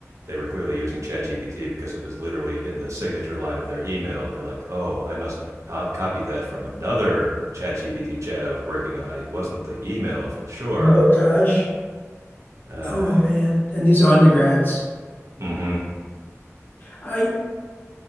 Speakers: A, on the right (about 70°); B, on the left (about 40°).
A: they were clearly using ChatGPT because it was literally in the signature line of their email, they're like, "Oh, I must have po- copied that from another ChatGPT chat I was working on. It wasn't the email for sure."
B: Oh gosh.
A: Uh,
B: Oh man, and these are undergrads.
A: mm-hmm,
B: I